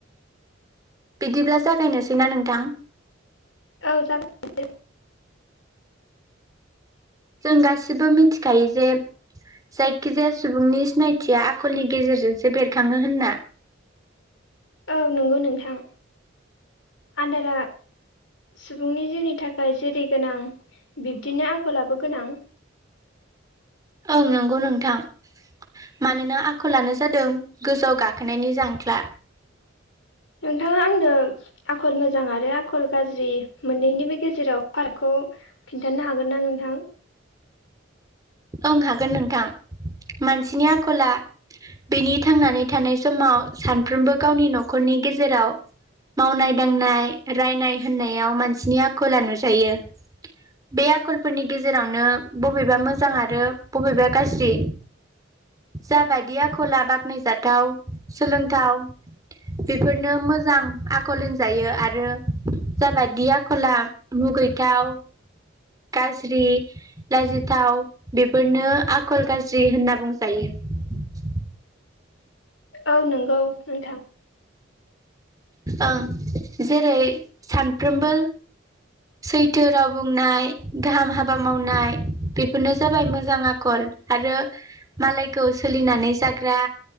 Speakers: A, on the right; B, on the left.
A: बिदिब्ला जागायनोसैना नोंथां।
B: औ जागो <inaudible>
A: जों गासिबो मिथिखायो जे जायखिजाया सुबुंनि सिनायथिया आखलनि गेजेरजोंसो बेरखाङो होनना।
B: औ नंगौ नोंथां। आदारा सुबुंनि जिउनि थाखाय जेरै गोनां बिब्दिनो आखलाबो गोनां।
A: ओं नोंगौ नोंथां मानोना आ खलानो जादों गोजौआव गाख खोनायनि जांख्ला
B: नोंथाङा आंनो आखल मोजां आरो आखल गाज्रि मोननैनिबो गेजेराव पार्कखौ खिन्थानो हागोन ना नोंथां।
A: ओं हागोन नोंथां मानसिनि आखला बेनि थांनानै थानाय समाव सानफ्रोमबो गावनि न'खरनि गेजेराव मावनाय दांनाय रायनाय होननायाव मानसिनि आखला नुजायो बे आखलफोरनि गेजेरावनो बबेबा मोजां आर रो बबेबा गाज्रि जाबादि आखला बा खनायजाथाव सोलोंथाव बेफोरनो मोजां आखल होनजायो आरो जाबायदि आखला मुगैथाव गाज्रि लाजिथाव। बेफोरनो आखल गाज्रि होनना बुंजायो
B: औ नंगौ नोंथां
A: ओं जेरै सानफ्रोमबो सैथो राव बुंनाय गाहाम हाबा मावनाय बेफोरनो जाबाय मोजां आखल आरो मालायखौ सोलिनानै जाग्रा